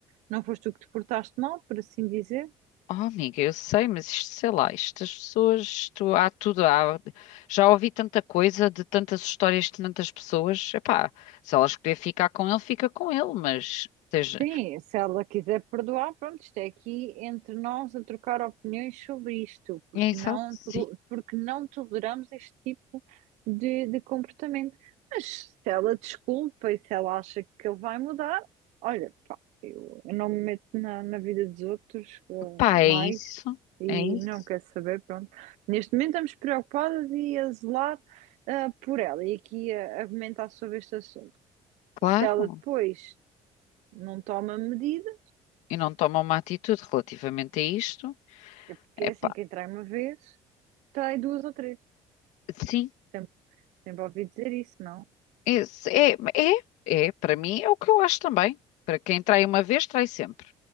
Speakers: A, on the right (about 75°); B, on the left (about 80°).
A: não foste tu que te portaste mal, por assim dizer.
B: Oh, amiga, eu sei, mas isto, sei lá, estas pessoas, isto há tudo, há- já ouvi tanta coisa de tantas histórias de tantas pessoas. Epá, se ela escolher ficar com ele, fica com ele, mas esteja.
A: Sim, se ela quiser perdoar, pronto, isto é aqui entre nós a trocar opiniões sobre isto, porque
B: É exato,
A: não, tolo-
B: sim.
A: porque não toleramos este tipo de, de comportamento. Mas se ela desculpa e se ela acha que ele vai mudar, olha, pá, eu, eu não me meto na, na vida dos outros, eh,
B: Pá, é
A: mais
B: isso,
A: e
B: é isso,
A: não quero saber, pronto. Neste momento estamos preocupadas e a zelar, eh, por ela e aqui a, a comentar sobre este assunto.
B: claro.
A: Se ela depois não toma medida,
B: E não toma uma atitude relativamente a isto.
A: porque
B: Epá,
A: é assim, quem trai uma vez, trai duas ou três.
B: sim.
A: Sempre, sempre ouvi dizer isso, não?
B: Esse- É, é, é, para mim é o que eu acho também. Para quem trai uma vez, trai sempre.